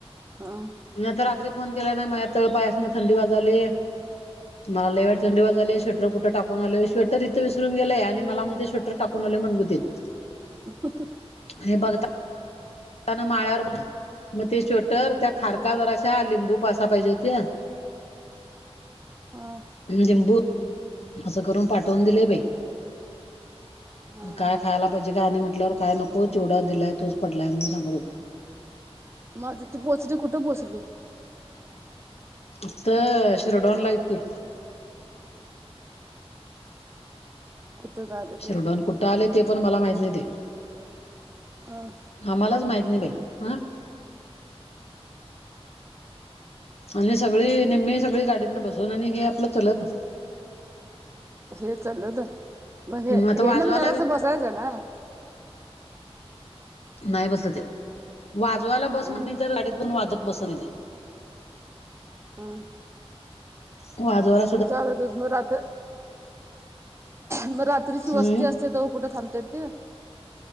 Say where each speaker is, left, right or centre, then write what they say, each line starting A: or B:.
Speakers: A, on the right; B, on the left.
A: हां.
B: म आता रात्री फोन केला ना माझ तळ पायास ना थंडी वाजाले. मला लय वाईट
A: हं
B: थंडी वाजायला स्वेटर ट कुठं टाकूनले शवेटर इथे विरून गेलेय आणि मला म ते शवेटर टाकूनलेणगुतील <unintelligible>
A: ह.
B: हे बघता माळ्यावर मग ते श्वेटर त्या खारका
A: हं
B: वर लिंबू पासहा पाहिजे होते,
A: हं
B: लिंबू. असं करून पाठवून दिले बई,
A: हं
B: काय
A: हं
B: खायला पाजेय आणि म्हटल्यावर काय नको चोवडा दिलाय तोच पडलाय म्हणून सांगत होता‌.
A: मग आता ती पोचली कुठं पोचली?
B: इथं शिरडून लाय ती.
A: <inaudible> कुठकाल.
B: शिरडून कुठं आल ते पण मला माहित नाही ते.
A: अ.
B: आम्हालाच माहित नाही बाई, हा. आणि सगळी
A: हं
B: निम्मी सगळी गाडीतन बसून आणि हे आपलं चलत.
A: हे चालत, मग हे
B: आता वाजवायला
A: हे न बी जरास बसायचं ना.
B: नाही बसत ते, वाजवायला बस
A: अ अ
B: म्हणली तर गाडीत बसून वाजत बस ते.
A: हां.
B: वाजवाय
A: मग चालतच मग रात. मग रात्रीची
B: हम्म
A: वस्ती असते तेव्हा कुठे थांबतात ती.